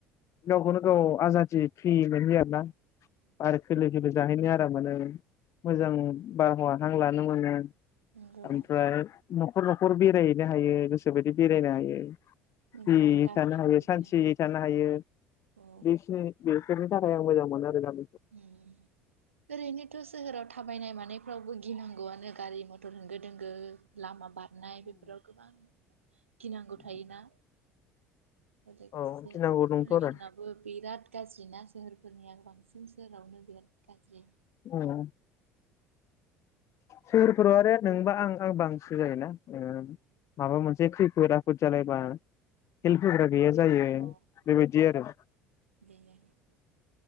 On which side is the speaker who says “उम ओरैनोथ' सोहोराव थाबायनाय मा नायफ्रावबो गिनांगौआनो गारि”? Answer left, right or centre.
Right